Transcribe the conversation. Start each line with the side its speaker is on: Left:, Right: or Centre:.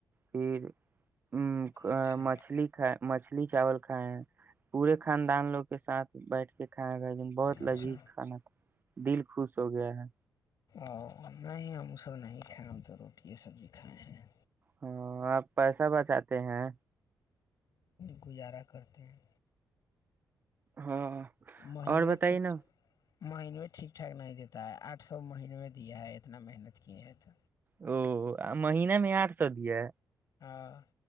Right: پھر ا
Left: اچھا
Right: مچھلی کائے مچھلی چاول کھائے ہیں پورے خاندان لوگ کے ساتھ بیٹھ یہ کھانیا گ دن بہت
Left: اچھا
Right: لذیذ کھانا تھا دل خوش ہو گیا ہے
Left: او نہیں ہم سب نہیں کھائے ہم تو روٹی ہے سبزی کھائے ہیں
Right: ہاں آپ پیسہ بچاتے ہیں
Left: گزارا کرتے ہیں
Right: ہاں
Left: مہینو
Right: اور بتائیے
Left: ٹھیک
Right: نا
Left: مہینے میں ٹھیک ٹھاک نہیں دیتا ہے آٹھ سو مہینے میں دیا ہے اتنا محنت کیے ہیں تو
Right: او مہین میں آٹھ سو دیا
Left: ہاں